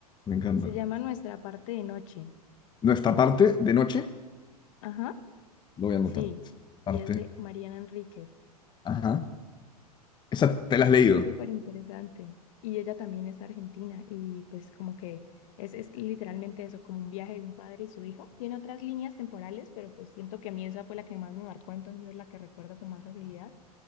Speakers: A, on the left (about 20°); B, on the left (about 55°).
A: Me encanta.
B: Se llama Nuestra parte de noche.
A: Nuestra parte de noche,
B: Ajá,
A: lo voy a anotar.
B: sí. Y
A: Parte.
B: es de Mariana Enríquez.
A: Ajá. Esa te la has leído.
B: Súper interesante. Y ella también es argentina y pues como que es, es literalmente eso, como un viaje de un padre y su hijo. Tiene otras líneas temporales, pero pues siento que a mí esa fue la que más me marcó, entonces es la que recuerdo con más facilidad.